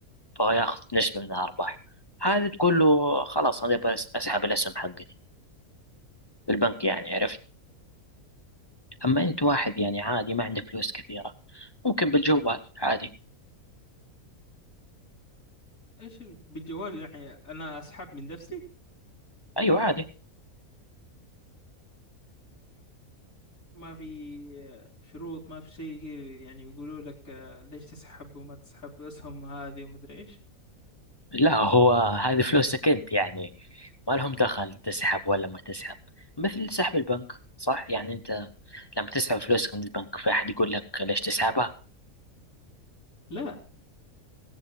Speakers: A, on the left; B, on the left.
A: فهو ياخذ نسبة من الأرباح هذه تقول له خلاص أنا أبغى أسحب الأسهم حقتي البنك يعني عرفت أما أنت واحد
B: وهم
A: يعني عادي ما عنده فلوس كثيرة ممكن بالجوال عادي
B: ايش ال- بالجوال يعني انا اسحب من نفسي
A: أيوة عادي
B: ما في شروط ما في شيء كذا يعني يقولوا لك آه، ليش تسحب وما تسحب اسهم هذه وما ادري ايش
A: لا هو هذه فلوسك أنت يعني ما لهم دخل تسحب ولا ما تسحب مثل سحب البنك صح يعني أنت لما تسحب فلوسك من البنك في أحد يقول لك ليش تسحبها
B: لا